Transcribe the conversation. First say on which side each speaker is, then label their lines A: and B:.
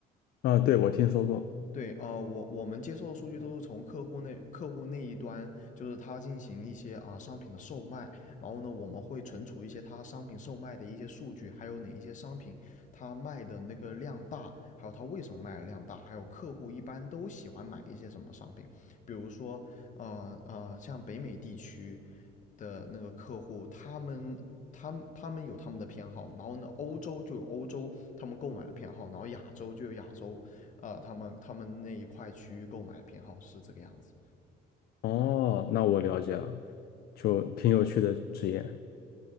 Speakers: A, on the left; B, on the left.
A: 啊，对，我听说过。
B: 对，呃，我我们接受的数据都是从客户那客户那一端，就是他进行一些啊、商品的售卖，然后呢，我们会存储一些他商品售卖的一些数据，还有哪一些商品他卖的那个量大，还有他为什么卖的量大，还有客户一般都喜欢买一些什么商品，比如说呃呃，像北美地区的那个客户，他们。他们他们有他们的偏好，然后呢，欧洲就有欧洲他们购买的偏好，然后亚洲就有亚洲呃，他们他们那一块区域购买偏好是这个样子。
A: 哦，那我了解了，就挺有趣的职业。